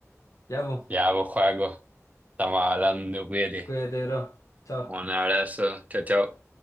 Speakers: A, on the left; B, on the right.
A: Ya, pues,
B: Ya, pues, Joaco, estamos hablando, cuídate.
A: cuídate, bro. Chao.
B: Un abrazo, chao, chao.